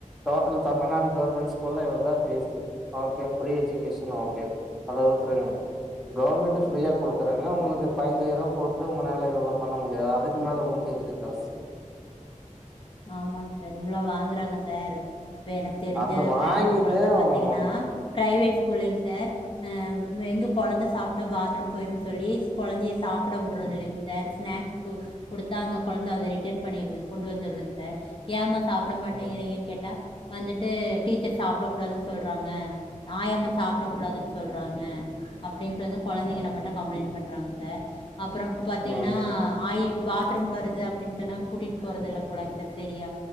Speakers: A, in the centre; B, on the left.
A: டோட்டல் தமிழ்நாடு கவர்மெண் ஸ்கூல்ல இவள்தா fees okay free education okay அத ஊட்ருங்க கவுர்மெண்ட்டு ஃப்ரீயா குடுக்குறாங்க உங்ளுக்கு பயின்ஞ்சாயிர்வா போத்து உங்கனால இவ்ளோ பண்ண முடியாது அதுக்கு மேல உங்குளுக்கு எதுக்கு காசு
B: ஆமாங் சர் இவ்ளோ வாங்குறாங்க சர் இப்ப எனக் தெரிஞ்ச
A: அந்த வாங்கிட்டு
B: ஃப்ரெண்டோட கொழந்த பாத்தீங்கனா
A: ம்
B: பிரைவேட் ஸ்கூல்லிங் சர் அ எங்க கொழந்த சாப்ட்டா பாத்ரூம் போயிருன் சொல்லிஸ் கொழந்திய சாப் ஆப்புட உட்றதுல்லைங் சர் ஸ்நேக்ஸ் கு குடுத்தா அந்த கொழந்த அத ரிட்டன் பண்ணிடுது கொண்டு வந்துர்துங் ச ஏம்மா சாப்புட மாட்டேங்கிறீங்க
A: ம்
B: கேட்டா வந்துட்டு டீச்சர் சாப்ட குடாதுன் சொல்றாங்க ஆயம்மா சாப்ட குடாதுன் சொல்றாங்க அப்டின்ட்டு வந்து கொழந்தைங்க
A: ம்
B: நம்மட்ட கம்ளைண் பண்றாங்க சர் அப்றம் பாத்திங்னா
A: ம்
B: ஆயி பாத்ரூம் வருது அப்டின் சொன்னா கூட்டிட் போறத் இல்ல பொலை சர் செரியா